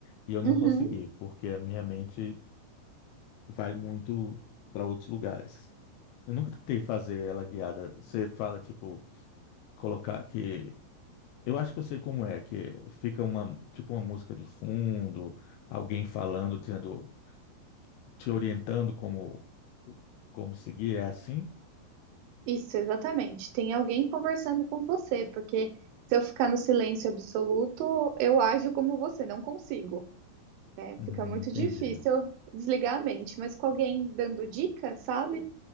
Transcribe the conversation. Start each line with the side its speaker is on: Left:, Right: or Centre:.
Left: E eu não
Right: Uhum,
Left: consegui, porque a minha mente vai muito para outros lugares. Eu nunca tentei fazer ela guiada. Você fala, tipo, colocar que. Eu acho que eu sei como é, que fica uma, tipo, uma música de fundo, alguém falando, dizendo, te orientando como, como seguir, é assim?
Right: isso, exatamente. Tem alguém conversando com você, porque se eu ficar no silêncio absoluto, eu ajo como você, não consigo. É,
Left: Hum,
Right: fica muito
Left: entendi.
Right: difícil desligar a mente, mas com alguém dando dicas, sabe?